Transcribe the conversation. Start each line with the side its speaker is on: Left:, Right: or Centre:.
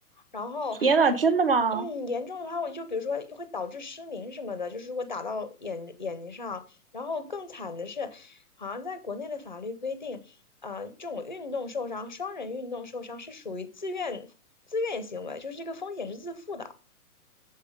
Left: 然后可
Right: 天呐，真的吗？
Left: 嗯，严重的话，我就比如说会导致失明什么的，就是如果打到眼眼睛上，然后更惨的是，好像在国内的法律规定，呃，这种运动受伤，双人运动受伤是属于自愿自愿行为，就是这个风险是自负的。